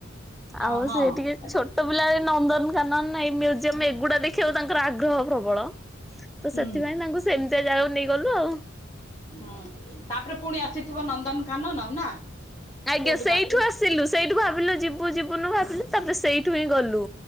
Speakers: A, on the left; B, in the centre.
A: ହଁ
B: ଆଉ
A: ହଁ
B: ସେ ଟିକେ
A: ଏଟା
B: ଛୋଟ
A: ତ ସତ।
B: ପିଲା ବି ନନ୍ଦନକାନନ ନହେଲେ ନାଇଁ ମ୍ୟୁଜିୟମ୍ ଏଗୁଡ଼ା ଦେଖିବାକୁ ତାଙ୍କର ଆଗ୍ରହ ପ୍ରବଳ ତ
A: ହୁଁ
B: ସେଥିପାଇଁ ତାଙ୍କୁ ସେମିତିଆ ଜାଗାକୁ ନେଇକି ଗଲୁ ଆଉ।
A: ହୁଁ ତାପରେ ପୁଣି ଆସିଥିବ ନନ୍ଦନକାନନ ଆଉ ନା।
B: ଆଜ୍ଞା
A: କୋଉଠି
B: ସେଇଠୁ
A: ବାଟରେ
B: ଆସିଲୁ ସେଇଠୁ ଭାରୁ ଭାବିଲୁ ଯିବୁ ଯିବୁନୁ ଭାବିଲୁ ତାପରେ ସେଇଠୁ ହିଁ ଗଲୁ